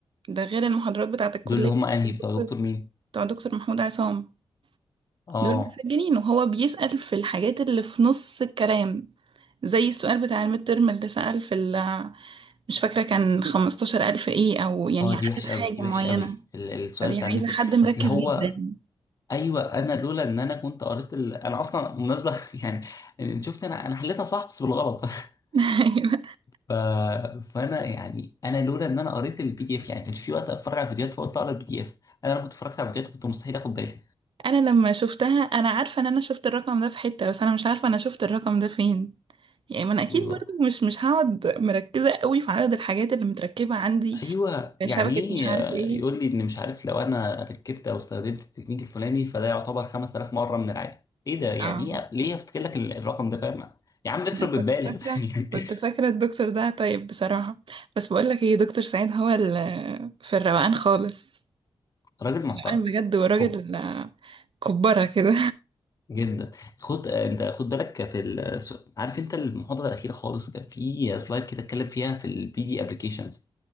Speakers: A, on the right (about 60°); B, on the left (about 35°).
A: ده غير المحاضرات بتاعة الكلية
B: دول اللي هم انهي
A: الدكتور-
B: بتوع دكتور مين
A: بتاع دكتور محمود عصام
B: اه
A: دول متسجلين وهو بيسأل في الحاجات اللي في نص الكلام زي السؤال بتاع الميد ترم اللي سأل في ال مش فاكرة كان خمستاشر ألف ايه او يعني
B: اه
A: عدد
B: دي وحشه
A: حاجة
B: قوي دي
A: معينة
B: وحشه قوي ال- السؤال
A: فدي
B: بتاع الميد
A: عايزة
B: ترم.
A: حد مركز
B: اصل هو
A: جدا
B: ايوه انا لولا ان انا كنت قريت ال... انا اصلا مناسبه <laughs> يعني إن شفت انا انا حليتها صح بس بالغلط <laughs>
A: <laughs>
B: ف... فانا يعني انا لولا ان انا قريت البي دي اف يعني كانش في وقت اتفرج على فيديوهات فقلت اقرا البي دي اف انا لو كنت اتفرجت على فيديوهات كنت مستحيل اخد بالي
A: انا لما شفتها انا عارفه ان انا شفت الرقم ده في حته بس انا مش عارفه انا شفت الرقم ده فين يعني ما انا اكيد
B: بالظبط
A: برضو مش مش هقعد مركزه قوي في عدد الحاجات اللي متركبه عندي
B: ايوه
A: في
B: يعني
A: شبكه
B: ايه
A: مش عارف
B: آه،
A: ايه
B: يقول لي ان مش عارف لو انا ركبت او استخدمت التكنيك الفلاني فده يعتبر 5000 مره من العادي ايه ده يعني
A: اه
B: ايه ليه افتكر لك ال- الرقم ده فاهم يا عم افرض
A: انا كنت
B: بتبالغ
A: فاكره
B: <laughs> يعني
A: كنت فاكره الدكتور ده طيب بصراحه بس بقول لك ايه دكتور سعيد هو ال- في الروقان خالص
B: راجل محترم
A: الروقان بجد وراجل
B: خب
A: آه، كبره كده
B: جدا خد آه، انت خد بالك في ال... عارف انت المحاضره الاخيره خالص كان في سلايد كده اتكلم فيها في البي دي ابلكيشنز